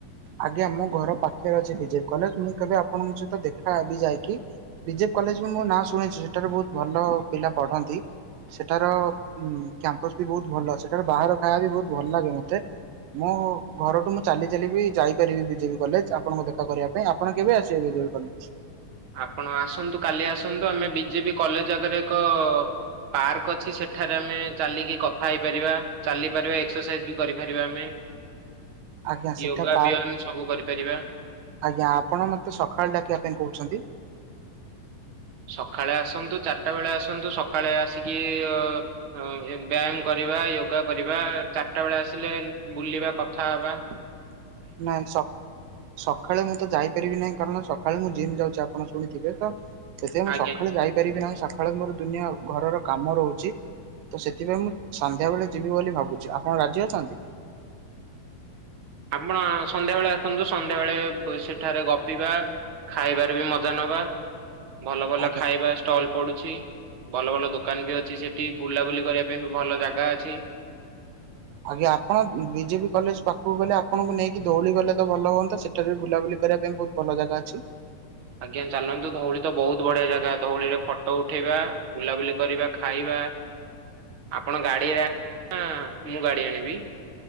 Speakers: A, on the right; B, on the right.
A: ଆଜ୍ଞା ମୋ ଘର ପାଖରେ ଅଛି ବିଜେବି କଲେଜ। ମୁଁ କେବେ ଆପଣଙ୍କ ସହିତ ଦେଖା ହେବି ଯାଇକି। କଲେଜ ମୁଁ ନାଁ ଶୁଣିଛି ସେଠାରେ ବହୁତ ଭଲ ପିଲା ପଢ଼ନ୍ତି। ସେଠାର କ୍ୟାମ୍ପସ ବି ବହୁତ ଭଲ ସେଠାର ବାହାର ଖାଇବା ବି ବହୁତ ଭଲ ଲାଗେ ମତେ। ମୁଁ ଘରଠୁ ମୁଁ ଚାଲି ଚାଲିି ବି ଯାଇପାରିବି ବିଜେବି କଲେଜ ଆପଣଙ୍କୁ ଦେଖା କରିବା ପାଇଁ। ଆପଣ କେବେ ଆସିବେ ବିଜେବି କଲେଜ।
B: ଆପଣ ଆସନ୍ତୁ କାଲି ଆସନ୍ତୁ ଆମେ ବିଜେବି କଲେଜ ଆଗରେ ଏକ ପାର୍କ ଅଛି ସେଠାରେ ଆମେ ଚାଲିକି କଥା ହେଇପାରିବା ଚାଲିପାରିବା ଏକ୍ସରସାଇଜ ବି କରିପାରିବା ଆମେ।
A: ଆଜ୍ଞା ସେଠା
B: ୟୋଗା
A: ପାର୍କ
B: ବିୟନ ସବୁ କରିପାରିବା।
A: ଆଜ୍ଞା ଆପଣ ମତେ ସକାଳ ଡାକିବା ପାଇଁ କହୁଛନ୍ତି।
B: ସକାଳେ ଆସନ୍ତୁ ଚାରିଟା ବେଳେ ଆସନ୍ତୁ ସକାଳେ ଆସିକି ବ୍ୟାୟାମ କରି ବା ୟୋଗା କରିବା। ଚାରିଟା ବେଳେ ଆସିଲେ ବୁଲିବା କଥା ହବା
A: ନାଇଁ ସକ୍ ସକାଳେ ମୁଁ ତ ଯାଇପାରିବି ନାହିଁ। କାରଣ ସ ସକାଳେ ମୁଁ ଜିମ୍ ଯାଉଛି ଆପଣ ଶୁଣିଥିବେ ତ, ସେଥିପାଇଁ ମୁଁ
B: ଆଜ୍ଞା
A: ସକାଳେ
B: ଆଜ୍ଞା।
A: ଯାଇପାରିବି ନାହିଁ। ସକାଳେ ମୋର ଦୁନିଆ ଘରର କାମ ରହୁଛି। ତ ସେଥିପାଇଁ ମୁଁ ସନ୍ଧ୍ୟାବେେଳେ ଯିବି ବୋଲି ଭାବୁଛି ଆପଣ ରାଜି ଅଛନ୍ତି।
B: ଆପଣ ସନ୍ଧ୍ୟାବେଳେ ଆସନ୍ତୁ, ସନ୍ଧ୍ୟାବେେଳେ ସେଠାରେ ଗପିବା। ଖାଇବାରେ ବି ମଜା ନବା। ଭଲ ଭଲ
A: ଆଜ୍ଞା।
B: ଖାଇବା ଷ୍ଟଲ ପଡୁଛି। ଭଲ ଭଲ ଦୋ ଦୋକାନ ବି ଅଛି। ସେଠି ବୁଲାବୁଲି କରିବା ପାଇଁ ବି ଭଲ ଜାଗା ଅଛି।
A: ଆଜ୍ଞା ଆପଣ ବିଜେବି କଲେଜ ପାଖକୁ ଗଲେ, ଆପଣଙ୍କୁ ନେଇକି ଦୌଳି ଗଲେ ତ ଭଲ ହୁଅନ୍ତା। ସେଠାରେ ବି ବୁଲାବୁଲି କରିବା ପାଇଁ ବହୁତ ଭଲ ଜାଗା ଅଛି।
B: ଆଜ୍ଞା ଚାଲନ୍ତୁ ଧଉଳି ତ ବହୁତ ବଢିଆ ଜାଗା। ଧଉଳିରେ ଫଟୋ ଉଠେଇବା, ବୁଲାବୁଲି କରିବା, ଖାଇବା। ଆପଣ ଗାଡିରେ <inaudible> ମୁଁ ଗାଡି ଆଣିବି।